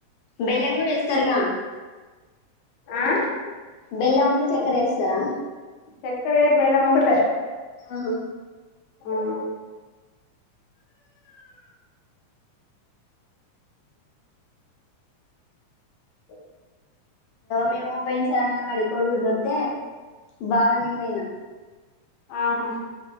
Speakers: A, on the left; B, on the left.
A: బెల్లం కూడా ఏస్తారుగా
B: ఆ
A: బెల్ ఉన్ను చక్కర ఇేస్తారా
B: చక్కర ఏయర్ బేల్లమోకట
A: ఆహో
B: ఆ ఆ క దు
A: మేము పోయినసారి అంగన్వాడి గుడ్లు వస్తే బావ నేను పోయినం
B: ఆహా